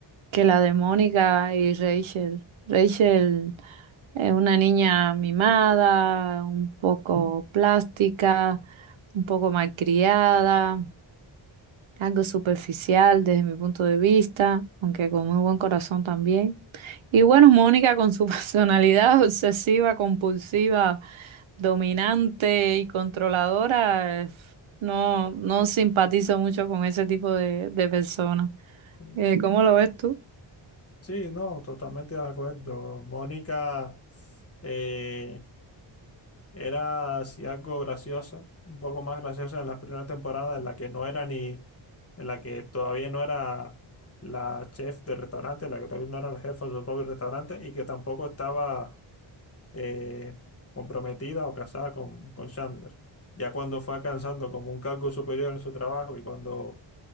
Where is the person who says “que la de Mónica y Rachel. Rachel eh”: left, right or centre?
Right